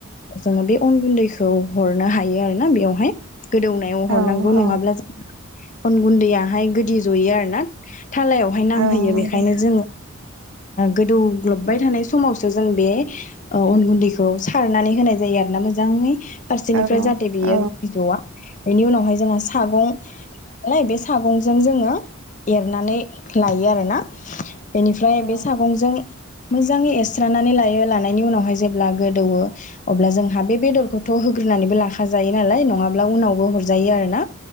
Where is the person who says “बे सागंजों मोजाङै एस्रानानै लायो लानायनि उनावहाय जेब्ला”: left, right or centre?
Left